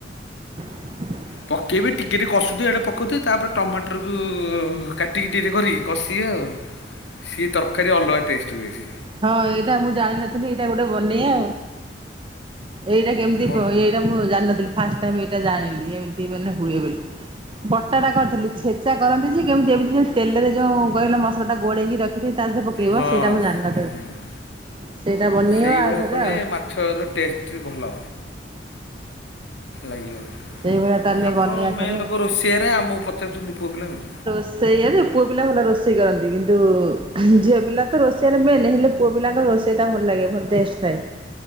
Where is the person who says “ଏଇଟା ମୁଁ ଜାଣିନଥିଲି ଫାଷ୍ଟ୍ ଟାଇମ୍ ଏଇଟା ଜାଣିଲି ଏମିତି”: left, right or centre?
Right